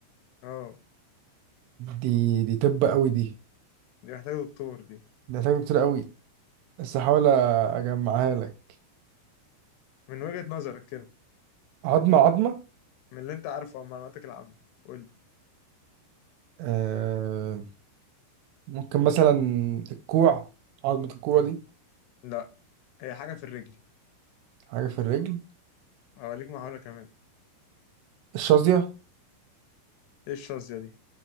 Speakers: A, on the left (about 80°); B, on the right (about 80°).
A: اه
B: دي دي طب قوي دي
A: دي محتاجة دكتور دي
B: دي هتاخد كتير قوي بس هحاول اجمعها لك
A: من وجهة نظرك كده
B: عظمه عظمه
A: من اللي انت عارفه عن معلوماتك العامة قول لي
B: آه ممكن مثلا الكوع عظمه الكوع دي
A: لا هي حاجة في الرجل
B: حاجه في الرجل
A: اوريك محاولة كمان
B: الشظيه
A: ايه الشظية دي